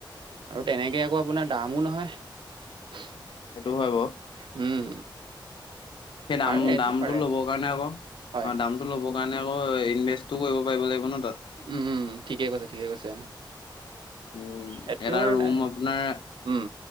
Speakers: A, on the right; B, on the left.
A: আৰু তেনেকে আকৌ আপোনাৰ দামো নহয়।
B: সেইটোও হয় বাৰু।
A: উম।
B: সেই দাম
A: পাৰে এইটো
B: দামটো
A: পাৰে
B: ল'বৰ কাৰণে আকৌ অ',
A: হয়
B: দাম। ল'ব কাৰণে আকৌ ইনভেষ্টো কৰিব পাৰিব লাগিব নহয়, তাত।
A: উম, ঠিকে কৈছে, ঠিকে কৈছে।
B: উম,
A: সেইটো
B: এটা
A: আৰু
B: ৰুম
A: নাই
B: আপোনাৰ
A: উম